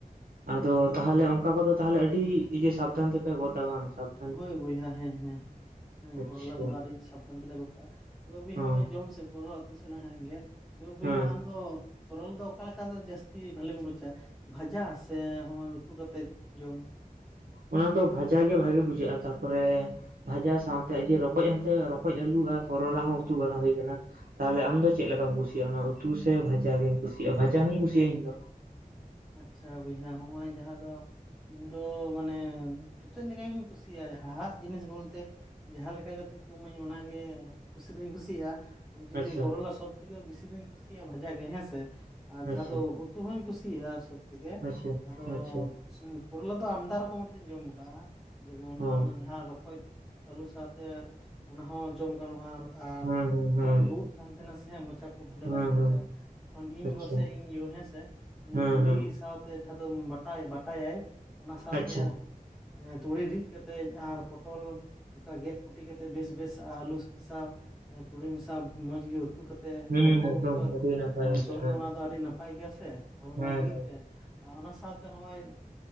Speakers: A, on the right; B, in the centre.
A: ᱟᱫᱚ
B: ᱛᱚ
A: ᱛᱟᱦᱚᱞᱮ ᱚᱸᱠᱟ ᱠᱚᱫᱚ ᱛᱟᱦᱮᱞᱮ ᱟᱹᱰᱤ ᱤᱭᱟᱹ ᱥᱟᱵᱽ ᱫᱷᱟᱱ ᱛᱮᱯᱮ ᱜᱚᱫᱟ ᱵᱟᱝ ᱥᱟᱵᱽ-
B: ᱦᱚᱭ ᱵᱚᱭᱦᱟ ᱦᱮᱸ ᱦᱮᱸ ᱦᱮᱸ᱾ ᱦᱮᱸ
A: ᱟᱪᱪᱷᱟ
B: ᱠᱚᱨᱚᱞᱟ ᱠᱚᱫᱚ ᱟᱹᱰᱤ ᱥᱟᱵᱽ ᱫᱷᱟᱱ ᱛᱮᱞᱮ ᱜᱚᱜᱽ-ᱟ, ᱛᱚᱵᱮ ᱵᱚᱭᱦᱟ
A: ᱚ
B: ᱦᱚᱸᱜ-ᱚᱭ ᱡᱚᱢ ᱥᱮ ᱠᱚᱨᱚᱞᱟ ᱛᱩ ᱥᱟᱞᱟ ᱦᱟᱸᱜ ᱜᱮ, ᱛᱚᱵᱮ ᱵᱚᱭᱦᱟ
A: ᱦᱮᱸ
B: ᱟᱢ ᱫᱚ ᱠᱚᱨᱚᱞ ᱫᱚ ᱚᱠᱟ ᱞᱮᱠᱟ ᱛᱮ ᱡᱟᱹᱥᱛᱤ ᱵᱷᱟᱞᱮᱢ ᱵᱩᱡᱽᱼᱟ? ᱵᱷᱟᱡᱟ ᱥᱮ ᱦᱚᱸᱜᱼᱚᱭ ᱩᱛᱩ ᱠᱟᱛᱮᱫ ᱡᱚᱢ?
A: ᱚᱱᱟ ᱫᱚ ᱵᱷᱟᱡᱟ ᱜᱮ ᱵᱷᱟᱹᱜᱤ ᱵᱩᱡᱷᱟᱹᱜᱼᱟ ᱛᱟᱯᱚᱨᱮ, ᱵᱷᱟᱡᱟ ᱥᱟᱶᱛᱮ ᱤᱡᱽᱼᱮ ᱨᱚᱠᱚᱡ ᱦᱚᱸᱛᱚ ᱨᱚᱠᱚᱡ ᱟᱞᱩ ᱟᱨ ᱠᱚᱨᱚᱞᱟ ᱦᱚᱸ ᱩᱛᱩ ᱵᱟᱲᱟ ᱦᱩᱭ ᱟᱠᱟᱱᱟ ᱾ ᱛᱟᱦᱚᱞᱮ ᱟᱢ ᱫᱚ ᱪᱮᱫ ᱞᱮᱠᱟᱢ ᱠᱩᱥᱤᱭᱟᱜᱼᱟ, ᱚᱱᱟ ᱩᱛᱩ ᱥᱮ ᱵᱷᱟᱡᱟ ᱜᱮᱢ ᱠᱩᱥᱤᱭᱟᱜᱼᱟ ᱵᱷᱟᱡᱟ ᱦᱩᱧ ᱠᱩᱥᱤᱭᱟᱜᱼᱟ ᱤᱧ ᱫᱚ ᱾
B: ᱟᱪᱪᱷᱟ ᱵᱚᱭᱦᱟ ᱦᱚᱸᱜᱼᱚᱭ ᱡᱟᱦᱟᱸ ᱫᱚ ᱤᱧ ᱫᱚ ᱢᱟᱱᱮ ᱪᱚᱛᱚᱫ ᱞᱮᱠᱟ ᱜᱤᱧ ᱠᱩᱥᱤᱭᱟᱜᱼᱟ, ᱡᱟᱦᱟᱸ ᱦᱟᱲᱦᱟᱜ ᱡᱤᱱᱤᱥ ᱵᱚᱞᱛᱮ ᱡᱟᱦᱟᱸ ᱞᱮᱠᱟ ᱠᱟᱛᱮᱜ ᱠᱚ ᱮᱢᱟᱹᱧ ᱚᱱᱟᱜᱮ ᱠᱩᱥᱤ ᱫᱩᱧ ᱠᱩᱥᱤᱭᱟᱜᱼᱟ, ᱡᱚᱫᱤ
A: ᱟᱪᱪᱷᱟ
B: ᱠᱚᱨᱚᱞᱟ ᱥᱚᱵ ᱛᱮᱜᱮ ᱵᱮᱥᱤ ᱫᱩᱧ ᱠᱩᱥᱤᱭᱟᱜᱼᱟ ᱵᱷᱟᱡᱟ ᱜᱮ ᱦᱮᱸᱥᱮ, ᱟᱨ
A: ᱟᱪᱪᱷᱟ
B: ᱡᱟᱦᱟᱸ ᱫᱚ ᱩᱛᱩ ᱦᱩᱧ ᱠᱩᱥᱤ- ᱭᱟᱜ-ᱟ ᱥᱚᱵ ᱛᱷᱮᱠᱮ
A: ᱟᱪᱪᱷᱟ
B: ᱟᱫᱚ
A: ᱟᱪᱪᱷᱟ
B: ᱠᱚᱨᱚᱞᱟ ᱫᱚ ᱟᱢᱫᱟ ᱨᱚᱠᱚᱢ ᱟᱛᱮᱧ ᱡᱚᱢ ᱟᱠᱟᱜᱼᱟ ᱡᱮᱢᱚᱱ
A: ᱚ
B: ᱟᱢ ᱞᱟᱦᱟ ᱨᱚᱠᱚᱡ ᱟᱹᱞᱩ ᱥᱟᱶᱛᱮ, ᱚᱱᱟ ᱦᱚᱸ ᱡᱚᱢ ᱜᱟᱱᱚᱜᱼᱟ ᱟᱨ ᱟᱨ
A: ᱦᱮᱸ ᱦᱮᱸ
B: ᱡᱚᱠᱷᱚᱱᱤᱧ
A: ᱦᱮᱸ
B: ᱨᱩᱣᱟᱹᱜ ᱠᱟᱱ ᱛᱟᱦᱮᱸᱱᱟ ᱥᱮ ᱢᱚᱪᱟ ᱠᱚ ᱵᱷᱟᱞᱮ ᱵᱟᱹᱧ
A: ᱦᱮᱸ
B: ᱵᱩᱡᱽᱼᱟ
A: ᱦᱮᱸ
B: ᱮᱠᱷᱚᱱ ᱤᱧ
A: ᱟᱪᱪᱷᱟ
B: ᱜᱚ ᱥᱮ ᱤᱧ ᱤᱭᱳ ᱦᱮᱥᱮ ᱩᱱᱤ
A: ᱦᱮᱸ
B: ᱛᱩᱲᱤ
A: ᱦᱮᱸ
B: ᱥᱟᱶᱛᱮ ᱡᱟᱦᱟᱸ ᱫᱚᱢ ᱵᱟᱴᱟᱭ ᱵᱟᱴᱟ ᱭᱟᱭ ᱚᱱᱟ ᱥᱟᱶᱛᱮ
A: ᱟᱪᱪᱷᱟ
B: ᱮᱸ ᱛᱩᱲᱤ ᱨᱤᱫ ᱠᱟᱛᱮᱡ ᱟᱨ ᱯᱚᱴᱚᱞ ᱚᱠᱟ ᱜᱮᱫ ᱠᱩᱴᱤ ᱠᱟᱛᱮ ᱵᱮᱥ ᱵᱮᱥ ᱟᱹᱞᱩᱥ ᱢᱮᱥᱟᱣ ᱛᱩᱲᱤ ᱢᱮᱥᱟᱣ ᱢᱚᱸᱡᱽ ᱜᱮ ᱩ- ᱛᱩ ᱠᱟᱛᱮᱜ
A: ᱦᱮᱸ
B: ᱨᱩᱣᱟᱹᱜ
A: ᱮᱠᱫᱚᱢ
B: ᱚᱠᱛᱚ
A: ᱟᱹᱰᱤ ᱱᱟᱯᱟᱭ
B: ᱮᱸ
A: ᱵᱩᱡᱷᱟᱹᱜᱼᱟ
B: ᱡᱚᱢ ᱫᱚ ᱚᱱᱟ ᱫᱚ ᱟᱹᱰᱤ ᱱᱟᱯ- ᱯᱟᱭ ᱜᱮᱭᱟ ᱥᱮ ᱦᱚᱲᱢᱚ
A: ᱦᱮᱸ
B: ᱞᱟᱹᱜᱤᱫ
A: ᱦᱮᱸ
B: ᱛᱮ ᱟ ᱚᱱᱟ ᱥᱟᱶᱛᱮ ᱦᱚᱸᱜ-ᱚᱭ